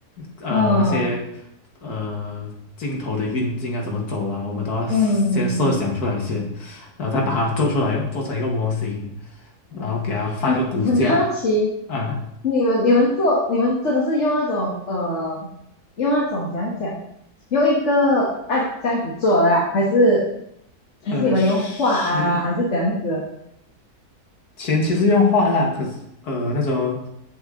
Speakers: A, on the left; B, on the left.
A: 呃，
B: 嗯
A: 那些呃镜头的运镜啊，怎么走啊，我们都要先设想出来先，
B: 嗯，
A: 然后再把它做出来，用做成一个模型，然后给它放一个骨架
B: 我很好奇，
A: 啊，
B: 你们你们做你们真的是用那种呃，用那种怎样讲，用一个 app 这样子做的啊，还是
A: 呃，
B: 还是你们用画啊，
A: 是。
B: 还是怎样子？
A: 前期是用画啦，可是呃那种